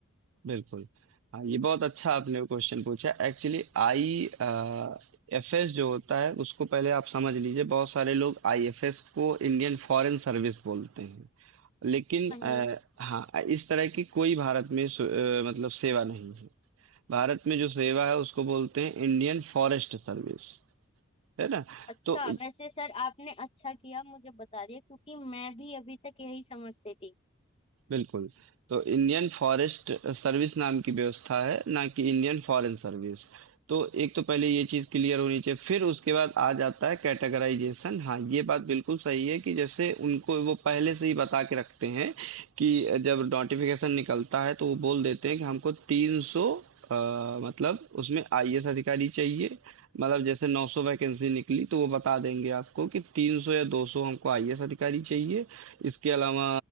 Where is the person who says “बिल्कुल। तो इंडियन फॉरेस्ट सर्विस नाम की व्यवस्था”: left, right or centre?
Right